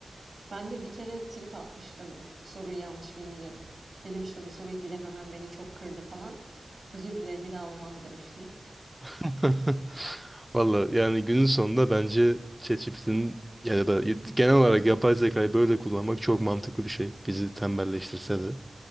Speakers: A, on the right (about 70°); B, in the centre.
A: Ben de bir kere trip atmıştım soruyu yanlış bilince. Dedim işte bu soruyu bilememem beni çok kırdı falan. Özür dilerim bir daha olmaz demişti.
B: <laughs> Valla yani günün sonunda bence ChatGPT'nin ya da genel olarak yapay zekayı böyle kullanmak çok mantıklı bir şey. Bizi tembelleştirse de.